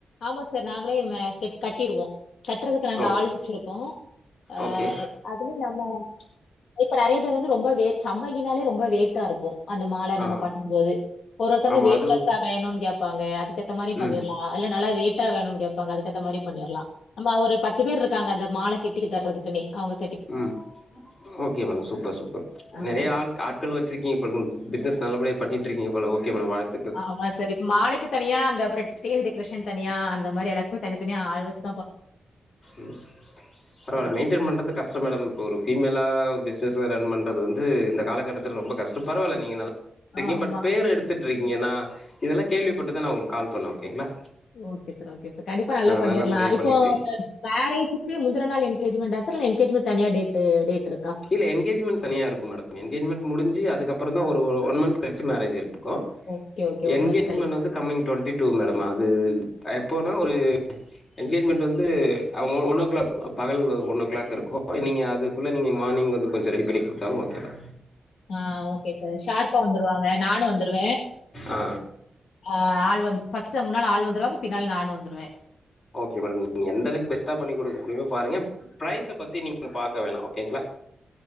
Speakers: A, on the left (about 85°); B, on the left (about 55°).
A: ஆமா சார் நாங்களே ம கெ கட்டிருவோ கட்றதுக்கு நாங்க
B: ஓகே
A: ஆள் வெச்சிருக்கோ அ
B: ஓகே
A: அதுலியு நம்ம இப்ப நெறைய பேர் வந்து ரொம்ப வே சம்மங்கினாலே ரொம்ப வேட்டா இருக்கு அந்த மால
B: ஆ
A: நம்ம பண்ணும்போது ஒரு ஒருத்தவுங்க
B: ஆமா
A: வெயிட்லெஸ்ஸா
B: அது
A: வேணுனு கேப்பாங்க அதுக்கேத்த மாரியு பண்ணிற்லா
B: ம்
A: ஆ இல்ல நல்லா வெயிட்டா வேணுன் கேப்பாங்க அதுக்கேத்த மாரி பண்ணிற்லா நம்ப ஒரு பத்து பேருக்காங்க அந்த மால கெட்டிக்கு தர்றதுக்குன்னே அவுங்க
B: ம் ஓகே மேடம் சூப்பர் சூப்பர்
A: ஆஹா.
B: நெறைய ஆள் ஆட்கள் வெச்சிருக்கீங்கபோல் பிஸினஸ் நல்லபடியா பண்ணிட்ருக்கீங்கபோல ஓகே மேடம் வாழ்
A: ஆமா சார் இப்ப மாலைக்கு தனியா அந்த அப்பற ஸ்டேஜ் டெக்கரேஷன் தனியா அந்த மாரி எல்லாத்துக்மே தனித்தனியா ஆள் வெச்சு
B: ம் ம் பரவால்ல
A: ஆ.
B: மெயின்டெயின் பண்றதுக் கஷ்ட மேடம் இப்ப ஒரு ஃபீமேல்லா ஒரு பிசினஸு ரன் பண்றது வந்து இந்த காலகட்டத்தில ரொம்ப கஷ்டோ பரவால்ல நீங்க நல்லா ட்கீங்க
A: ஆமா.
B: பட் பேர் எடுத்துட்ருக்கீங்க நா இதெல்லா கேள்விப்பட்டுதா நா உங்களுக் கால் பண்ணே ஓகேங்ளா
A: ஓகே சார் ஓகே சார் கண்டிப்பா நல்லா பண்ணிர்லா
B: நல்லபடியா
A: இப்போ
B: பண்ணிட்ருக்கீங்க
A: மேரேஜுக்கு முந்துன நாள் எங்கேஜ்மெண்டா சார் இல்ல என்கேஜ்மெண்ட் தனியா டேட்டு டேட் ருக்கா
B: இல்ல என்கேஜுமெண் தனியா இருக்கும் மேடம் என்கேஜ்மெண் முடிஞ்சு அதுக்கப்புறந்தா ஒரு ஒன் மந்த் கழிச்சு மேரேஜ் இருக்கு
A: ஓகே, ஓகே.
B: என்கேஜ்மெண்
A: மந்த் கழிச்சு.
B: வந்து கம்மிங் ட்வெண்ட்டி டூ மேடம் அது எப்போனா ஒரு என்கேஜ்மெண்ட் வந்து அ ஒன் ஓ கிளாக் பகல் ஒன் ஓ கிளாக் இருக்கு நீங்க அதுக்குள்ள நீங்க மானிங் வந்து கொஞ்ச ரெடி பண்ணி குடுத்தாலு ஓகே தா
A: ஆ ஓகே சார் ஷார்ப்பா வந்துருவாங்க நானு வந்துருவே
B: ஆ
A: ஆ ஆள் வந்து ஃபஸ்ட் முன்னாள ஆள் வந்துருவாங்க பின்னால நானு வந்துருவே
B: ஓகே மேடம் நீங்க எந்த அளவுக் பெஸ்ட்டா பண்ணி கொடுக்க முடியுமோ பாருங்க பிரைஸ் பத்தி நீங்க பாக்க வேணா ஓகேங்களா